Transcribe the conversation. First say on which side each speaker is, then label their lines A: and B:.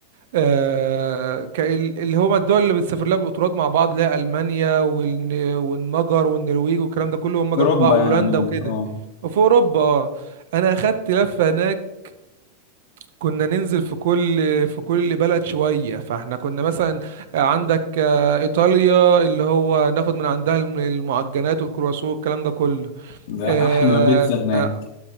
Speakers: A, on the right (about 70°); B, on the left (about 65°).
A: آه كال- اللي هما الدول اللي بتسافر لها بالقطارات مع بعض اللي هي المانيا والن... والمجر والنرويج والكلام ده كله هم جنب
B: اوروبا
A: بعض
B: يعني
A: وهولندا
B: عموما
A: وكده
B: اه
A: وفي اوروبا آه. انا اخدت لفه هناك كنا ننزل في كل في كل بلد شوية فاحنا كنا مثلا عندك آه، إيطاليا اللي هو ناخد من عندها الم- المعجنات والكرواسون والكلام ده كله
B: ده
A: آه،
B: احلى بيتزا هناك
A: آه،